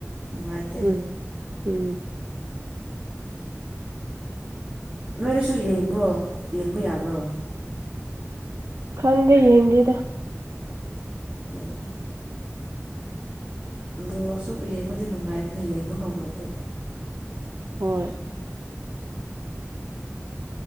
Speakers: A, on the right (about 25°); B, on the right (about 75°).
A: ꯅꯨꯡꯉꯥꯏꯇꯦ
B: ꯎꯝ ꯎꯝ
A: ꯅꯣꯏꯅꯁꯨ ꯌꯦꯡꯕ꯭ꯔꯣ ꯌꯦꯡꯕ ꯌꯥꯕ꯭ꯔꯣ
B: ꯈꯪꯗꯦ ꯌꯦꯡꯗꯦꯗ
A: ꯎꯝ ꯕꯣꯜꯁꯨ ꯌꯦꯡꯕꯗꯤ ꯅꯨꯡꯉꯥꯏꯕꯅꯦ ꯌꯦꯡꯕ ꯍꯧꯈ꯭ꯔꯗꯤ
B: ꯍꯣꯏ